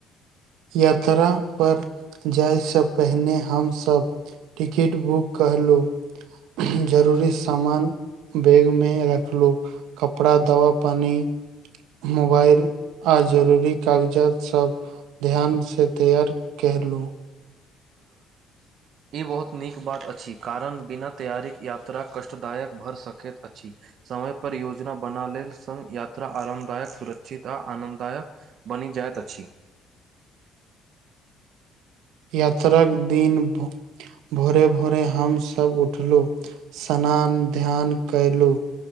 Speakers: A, on the right (about 85°); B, on the right (about 55°).
A: यात्रा पर जाय से पहिने हमसब टिकट बुक करलहुँ जरूरी सामान बैग में रखलहुँ कपड़ा दवा पानी मोबाईल आ जरूरी कागजातसभ ध्यानसँ तैयार केहरलहुँ
B: ई बहुत नीक बात अछि कारण बिना तैयारीके यात्रा कष्टदायक भरऽ सकैत अछि समय पर योजना बना लेल सङ्ग यात्रा आरामदायक सुरक्षित आ आनन्ददायक बनी जायत अछि
A: यात्राक दिन ब भोरे भोरे हमसब उठलू स्नान ध्यान कयलु